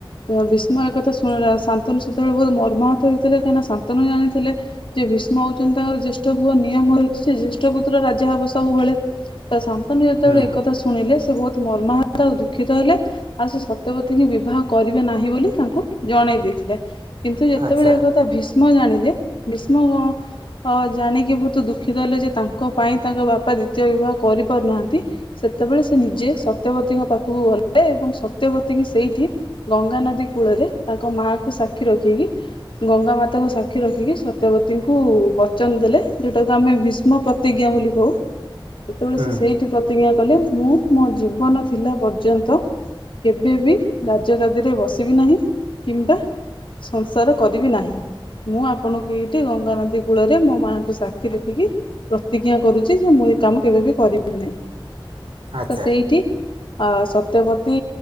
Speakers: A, on the left; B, on the right.
A: ଏପରି ହୋଇଥିଲା, କାରଣ ଶାନ୍ତନୁ ଜାଣିଥିଲେ ଯେ ଭୀଷ୍ମ ତାଙ୍କର ଜ୍ୟେଷ୍ଠ ପୁତ୍ର। ପରମ୍ପରା ଅନୁଯାୟୀ, ଜ୍ୟେଷ୍ଠ ପୁତ୍ର ହିଁ ସବୁବେଳେ ରାଜଗାଦୀର ଉତ୍ତରାଧିକାରୀ ହୋଇଥାଏ। ଶାନ୍ତନୁ ଯେତେବେଳେ
B: ହୁଁ
A: ଏକଥା ଶୁଣିଲେ, ସେ ଅତ୍ୟନ୍ତ ପ୍ରସନ୍ନ ହେଲେ ଏବଂ ଭୀଷ୍ମଙ୍କୁ ଇଚ୍ଛାମୃତ୍ୟୁର ବର ପ୍ରଦାନ କଲେ। ବହୁତ ମର୍ମାହତ ଆଉ ଦୁଃଖିତ ହେଲେ ଆଉ ସେ ସତ୍ୟବତୀ ଙ୍କୁ ବିବାହ କରି ନାହିଁ ବୋଲି ତାଙ୍କୁ ଜଣେଇ ଦେଇଥିଲେ। କିନ୍ତୁ ଯେତେବେଳେ
B: ଆଚ୍ଛା।
A: ଏକଥା ଭିଷ୍ମ ଭ୍ରୀଷ୍ମ ଜାଣିଲେ ଭୀଷ୍ମ
B: ହୁଁ।
A: କଣ ଜାଣିକି ବହୁତ ଦୁଃଖୀିତଲେ ଯେ ତାଙ୍କ ପାଇଁ ତାଙ୍କ ବାପା ଦ୍ୱିତୀୟ ବିବାହ ଜାଣିଲେ କରିପାରୁନାହାନ୍ତି ସେତେବେଳେ ସେ ନିଜେ ସତ୍ୟବତୀଙ୍କ ପାଖକୁ ଗଲେ ଏବଂ ସତ୍ୟବତୀଙ୍କୁ ସେଇଠି ଗଙ୍ଗାାନଦୀ କୂଳରେ ତାଙ୍କ ମାଆଙ୍କୁ ସାକ୍ଷୀ ରଖିକି ଗଙ୍ଗା ମାତାଙ୍କୁ ସାକ୍ଷୀ ରଖିକି ସତ୍ୟବତୀଙ୍କୁ ବଚନ ଦେଲେ ଯେଉଟାକୁ ଆମେ ଭୀଷ୍ମ ପ୍ରତିଜ୍ଞା ବୋଲି କହୁ ସେତେବେଳେ
B: ତେବେ
A: ସେଇଠି ପ୍ରତିଜ୍ଞା କ ମୁଁ ମୋ ଜୀବନ ଥିଲା ପର୍ଯ୍ୟନ୍ତ
B: ଆଜ୍ଞା।
A: କେବେ ବି- ଗଦିରେ ବସିବି ନାହିଁ କି ସଂସାର କରିବ ନାହି ମୁଁ ଆପଣ ଏଇଠି ଗଙ୍ଗାନଦୀ କୂଳରେ ମୋ ମାଆଙ୍କୁ ସାକ୍ଷୀ ରଖିକି ପ୍ରତିଜ୍ଞା କରୁଛି ଯେ ମୁଁ ଏ କାମ କେବେ ବି କରିବି ନାହିଁ।
B: ରଖିବି। ଆଚ୍ଛା।
A: ତ ସେଇଠି ଆ ସତ୍ୟପତି